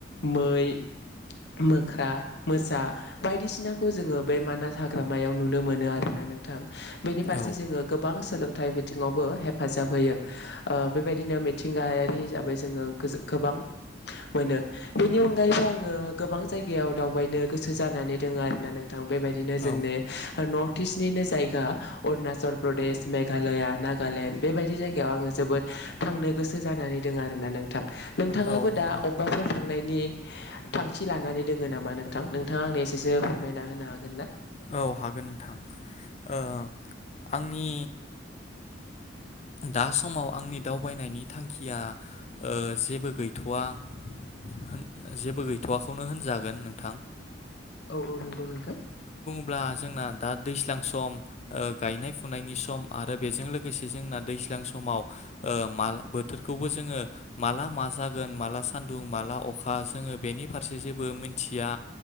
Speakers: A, on the left (about 65°); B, on the left (about 35°).
A: मै मोख्रा मोसा बायदिसिना खौ जोङो बे मानास हाग्रामायाव नुनो मोनो आरोना नोंथां बेनि फारसे
B: औ
A: जोङो गोबां सोलोंथाइ बिथिङावबो हेफाजाब होयो ओ बेबायदिनो मिथिंगायारि हिसाबै जोङो गोबां मोनो बेनि अनगायैबो आङो गोबां जायगायाव दावबायनो गोसो जानानै दोङो आरो होननानों थां बेबायदिनो
B: औ
A: जोंनि नर्थ ईस्टनिनो जायगा अरुणाचल प्रदेश मेघालया नागालेण्ड बेबायदि जायगायाव आङो जोबोद थांनो गोसो जानानै दोङो आरोना नोंथां नोंथाङाबो
B: औ नंगौ
A: दा अबबाफोर थांनायनि थांखि लानानै दोङो नामा नोंथां नोंथाङा आंनो एसेसो फो मायना होनो हागोन ना?
B: औ हागोन नोंथां ओ आंनि दा समाव आंनि दावबायनायनि थांखिया ओ जेबो गैथवा ‌होन जेबो गैथवखौनो होनजागोन नोंथां
A: औ औ नोंगौ नोंथां
B: ब्ला जोंना दा दैज्लां सम ओ गायनाय फुनायनि सम आरो बेजों लोगोसे जोंना दैज्लां समाव ओ माल बोथोरखौबो जोङो माला मा जागोन माला सान्दुं माला अखा जोङो बेनि फारसे जेबो मिथिया